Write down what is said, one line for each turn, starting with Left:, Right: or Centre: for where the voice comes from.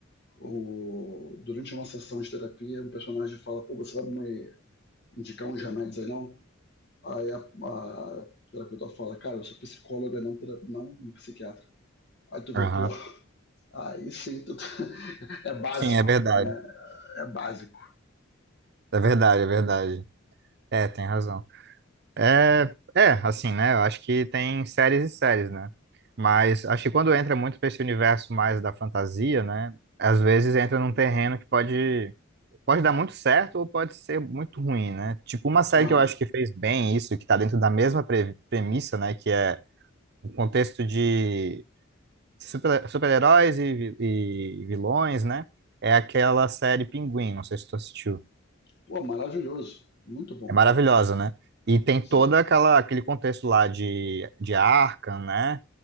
Left: o- durante uma sessão de terapia, o personagem fala: pô, você vai me indicar uns remédios aí não? Aí a, a terapeuta fala: cara, eu sou psicóloga, não, tera- não um psiquiatra. Aí tu vê,
Right: aham.
Left: pô, aí sim, tu... <laughs> é básico,
Right: Sim, é verdade.
Left: né? É básico.
Right: É verdade, é verdade. É, tem razão. É, é, assim, né? Eu acho que tem séries e séries, né? Mas acho que quando entra muito para esse universo mais da fantasia, né? Às vezes entra num terreno que pode pode dar muito certo ou pode ser muito ruim, né? Tipo, uma série
Left: Aham.
Right: que eu acho que fez bem isso, que tá dentro da mesma pre- premissa, né? Que é o contexto de super- super-heróis e, vi- e vilões, né? É aquela série Pinguim, não sei se tu assistiu.
Left: Pô, maravilhoso. Muito bom.
Right: É maravilhosa, né? E tem
Left: Sim.
Right: toda aquela aquele contexto lá de, de Arkham, né?